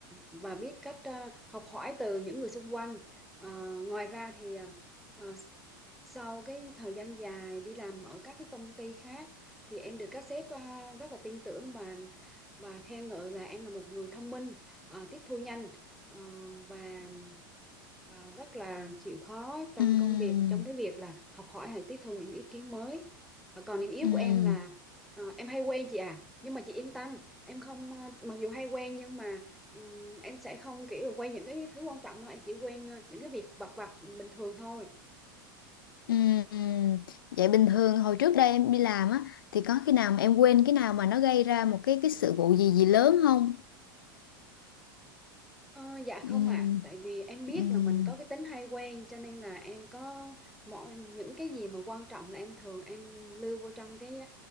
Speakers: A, in the centre; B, on the left.
A: và biết cách ờ, học hỏi từ những người xung quanh. Ờ, ngoài ra thì ờ, sau cái thời gian dài đi làm ở các cái công ty khác thì em được các sếp ờ, rất là tin tưởng và và khen ngợi là em là một người thông minh, ờ, tiếp thu nhanh ờ, và à, rất là chịu khó trong
B: Ừm,
A: công việc trong cái việc là học hỏi hay tiếp thu những ý kiến mới Ờ, còn điểm yếu
B: ừm,
A: của em là ờ, em hay quen chị à nhưng mà chị yên tâm em không ờ, mặc dù hay quen nhưng mà ừm, em sẽ không kiểu là quen những cái thứ quan trọng đâu em chỉ quen ờ, những cái việc vặt vặt bình thường thôi
B: ừm, ừm. Vậy bình thường hồi trước đây em đi làm á thì có khi nào mà em quên cái nào mà nó gây ra một cái cái sự vụ gì gì lớn không?
A: Ờ, dạ
B: Ừm,
A: không ạ tại vì em biết
B: ừm,
A: là mình có cái tính hay quen cho nên là em có mọi những cái gì mà quan trọng là em thường em lưu vô trong cái